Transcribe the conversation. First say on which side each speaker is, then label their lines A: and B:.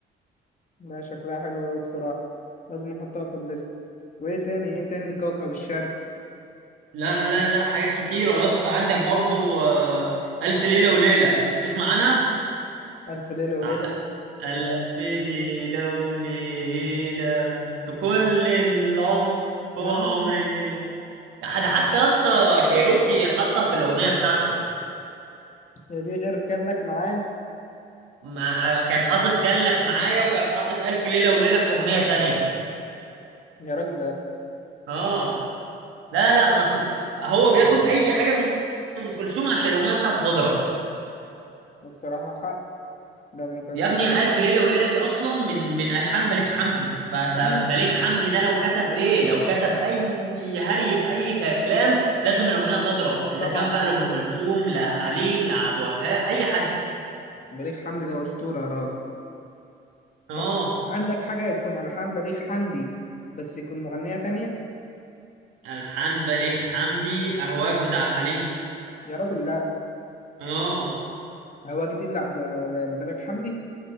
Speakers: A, on the left (about 40°); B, on the right (about 85°).
A: لا شكلها حلو أوي بصراحة لازم نحطها في الليست وإيه تاني إيه تاني لكوكب الشرق
B: لا لا لا حاجات كتيره يا اسطى عندك برضو آه، الف ليله وليله تسمع عنها
A: ألف ليلة وليلة
B: بتاع الف
A: لا
B: ليله وليله في كل العمر هو
A: آه،
B: العمر ليله ده حتى يا اسطى كايروكي حطها في الاغنيه بتاعته
A: هي دي غير كان لك معايا
B: ما كان حاطط كان لك معايا وكان حاطط ألف ليلة وليلة في أغنية تانية
A: يا راجل لا
B: اه لا لا أصل هو بياخد أي حاجة من أم كلثوم عشان الأغنية بتاعته تضرب
A: بصراحة حق ده أم كلثوم
B: يا ابني ألف ليلة وليلة دي أصلا من من ألحان بليغ حمدي ف- فبليغ
A: بليغ
B: حمدي ده لو كتب إيه لو كتب أي هري في أي كلام لازم الأغنية تضرب إذا
A: طبعا
B: كان بقى لأم كلثوم لحليم لعبد الوهاب أي حد
A: بليغ حمدي ده أسطورة يا راجل
B: اه
A: طب عندك حاجة تكون ألحان بليغ حمدي بس يكون مغنية تانية
B: ألحان بليغ حمدي أهواك بتاع عبد الحليم
A: يا راجل لا
B: اه
A: هواك دي اللي عب- لبليغ حمدي